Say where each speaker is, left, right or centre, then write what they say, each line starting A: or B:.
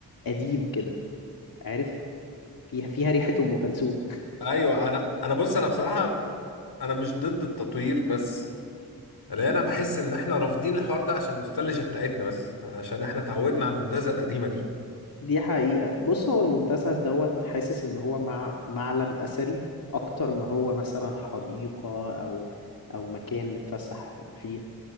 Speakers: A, on the left (about 60°); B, on the left (about 80°).
A: قديم كده عارف فيها فيها ريحة أم كلثوم
B: ايوه انا انا بص انا بصراحة انا مش ضد التطوير بس لا انا بحس ان احنا رافضين الحوار ده عشان النوستالجيا بتاعتنا بس عشان احنا اتعودنا على المنتزه القديمة دي
A: <laughs> دي حقيقة بص هو المنتزه دوت حاسس إن هو مع معلم أثري أكتر ما هو مثلا حديقة أو أو مكان نتفسح فيه